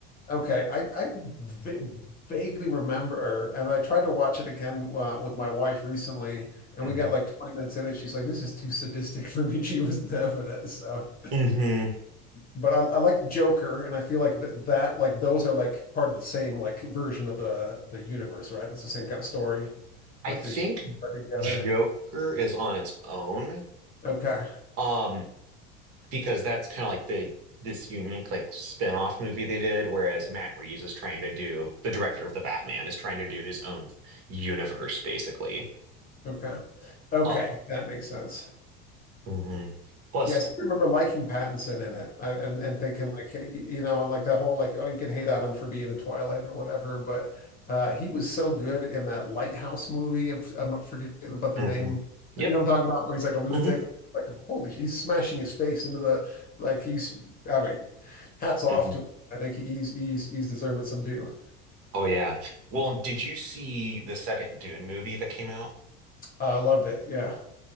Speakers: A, on the left; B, on the right.
A: Okay. I, I va vaguely remember, and I tried to watch it again uh, with my wife recently, and
B: hmm
A: we got like 20 minutes in, and she's like, this is too sadistic for me. <laughs> She wasn't having it. So,
B: hmm
A: but I, I liked Joker, and I feel like th that, like, those are like part of the same, like, version of the, the universe, right? It's the same kind of story,
B: I
A: like,
B: think
A: these are together.
B: Joker is on its own.
A: Okay.
B: Um, because that's kind of like the this unique like spin-off movie they did, whereas Matt Reeves is trying to do the director of the Batman is trying to do his own universe basically.
A: Okay. Okay,
B: Uh,
A: that makes sense.
B: mhm. Plus,
A: Yes, I seem to remember liking Pattinson in it I, and and thinking like hey, you know and like the whole like oh you can hate on him for being in Twilight or whatever, but uh, he was so good in that Lighthouse movie. I'm, I'm forgetting about the
B: mm-hmm.
A: name.
B: Yep.
A: You know what I'm talking about, where he's like a lunatic.
B: hmm
A: Like holy, sh- he's smashing his face into the like he's. I mean, hats off
B: hmm
A: to him. I think he's he's he's deserving some due.
B: Oh yeah. Well, did you see the second Dune movie that came out?
A: I loved it. Yeah.